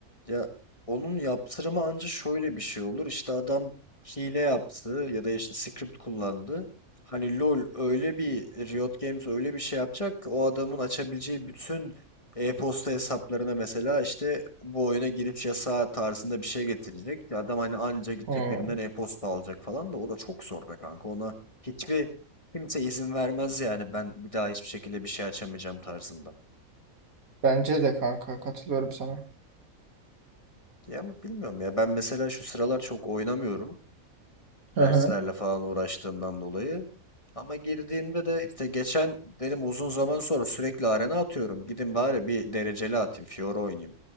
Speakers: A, on the left (about 25°); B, on the right (about 70°).
A: Ya onun yaptırımı anca şöyle bir şey olur. İşte adam hile yaptı ya da işte script kullandı. Hani LoL öyle bir Riot Games öyle bir şey yapacak ki o adamın açabileceği bütün e-posta hesaplarına mesela işte bu oyuna giriş yasağı tarzında bir şey getirecek. Ya Adam hani anca gidecek
B: Hı.
A: birinden e-posta alacak falan da o da çok zor be kanka. Ona hiçbir kimse izin vermez yani ben bir daha hiçbir şekilde bir şey açamayacağım tarzında.
B: Bence de kanka katılıyorum sana.
A: Ya ama bilmiyorum ya ben mesela şu sıralar çok oynamıyorum.
B: Hı
A: derslerle
B: hı.
A: falan uğraştığımdan dolayı. Ama girdiğimde de işte geçen dedim uzun zaman sonra sürekli arena atıyorum. Gidin bari bir dereceli atayım. Fiora oynayayım.